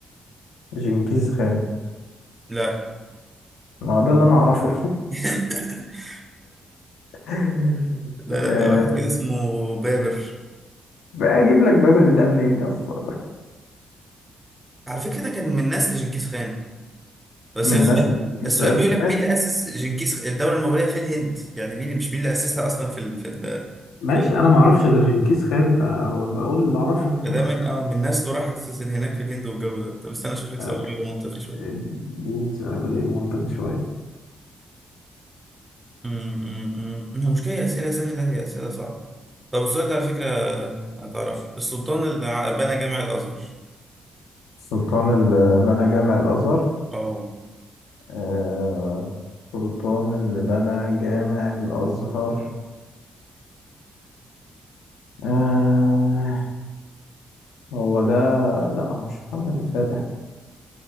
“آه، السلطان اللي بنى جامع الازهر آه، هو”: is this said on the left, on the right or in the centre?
Left